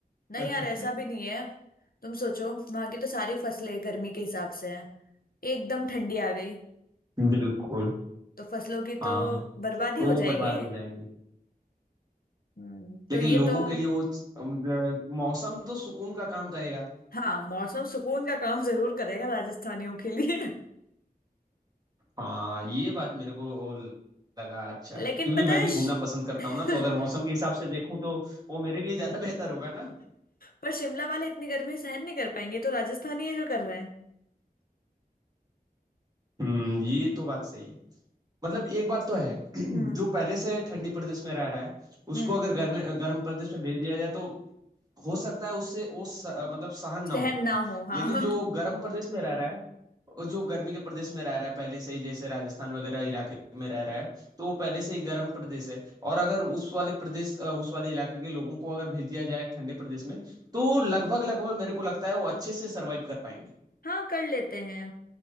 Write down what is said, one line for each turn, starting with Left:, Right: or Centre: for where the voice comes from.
Left: नहीं
Right: <laughs>
Left: यार ऐसा भी नहीं है तुम सोचो वहां की तो सारी फसलें गर्मी के हिसाब से हैं एकदम ठंडी आ गई
Right: बिल्कुल
Left: तो फसलों की
Right: हाँ
Left: तो बर्बादी
Right: तो
Left: हो
Right: वो बर्बाद
Left: जाएगी
Right: हो जाएंगे
Left: हम्म, तो
Right: लेकिन
Left: ये
Right: लोगों
Left: तो
Right: के लिए वो अम, अ, मौसम तो सुकून का काम करेगा
Left: हाँ मौसम सुकून का काम जरूर करेगा राजस्थानियों के लिए
Right: हाँ ये बात मेरे को लगा अच्छा
Left: लेकिन
Right: क्योंकि
Left: पता
Right: मैं
Left: है
Right: भी
Left: श-
Right: घूमना पसंद करता
Left: <laughs>
Right: हूँ ना तो अगर मौसम के हिसाब से देखूं तो वो मेरे लिए ज्यादा <laughs> बेहतर होगा ना
Left: पर शिमला वाले इतनी गर्मी सहन नहीं कर पाएंगे तो राजस्थानी ये जो कर रहे हैं
Right: हम्म ये तो बात सही है मतलब एक बात तो है <clears throat>
Left: हम्म
Right: जो पहले से ठंडी प्रदेश में रह रहा है उसको
Left: हम्म
Right: अगर गर्म गर्म प्रदेश में भेज दिया जाए तो हो सकता है उससे वो स, अ, मतलब सहन ना
Left: सहन
Right: हो
Left: ना हो हाँ
Right: लेकिन जो
Left: <laughs>
Right: गर्म प्रदेश में रह रहा है और जो गर्मी के प्रदेश में रह रहा है पहले से ही जैसे राजस्थान वगैरह इलाके में रह रहा है तो वो पहले से ही गर्म प्रदेश है और अगर उस वाले प्रदेश अ, उस वाले इलाके के लोगों को अगर भेज दिया जाए ठंडे प्रदेश में तो लगभग लगभग मेरे को लगता है वो अच्छे से सरवाइव कर पाएंगे
Left: हाँ कर लेते हैं